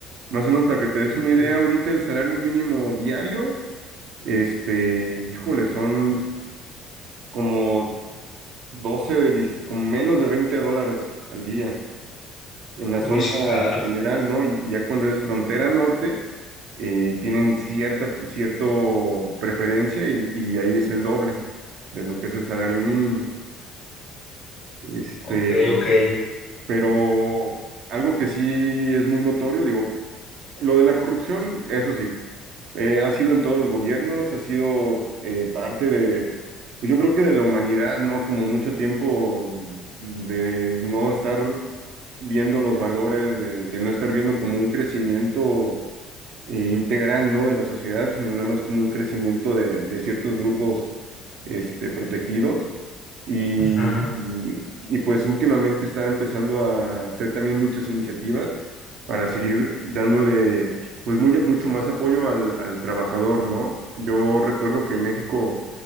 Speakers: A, on the right (about 65°); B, on the left (about 55°).
A: Más o menos para que te des una idea,
B: Sí.
A: ahorita el salario mínimo diario, este, híjole, son como 12 de 10 como menos de 20 dólares al día en la
B: Uy,
A: zona
B: claro.
A: general, ¿no? Y, y ya cuando es frontera norte, eh, tienen cierta cierto preferencia y, y ahí es el doble de lo que es el salario mínimo. Este,
B: Ok, ok.
A: pero algo que sí es muy notorio, digo, lo de la corrupción, eso sí, eh, ha sido en todos los gobiernos, ha sido eh, parte de, pues yo creo que de la humanidad, ¿no? Como mucho tiempo de no estar viendo los valores, de, de no estar viendo como un crecimiento eh, integral, ¿no? De la sociedad, sino nada más como un crecimiento de, de ciertos grupos, este, protegidos. Y,
B: Ujú,
A: y, y, pues últimamente está empezando a hacer también muchas iniciativas para seguir dándole, pues muy, mucho más apoyo al, al trabajador, ¿no? Yo recuerdo que México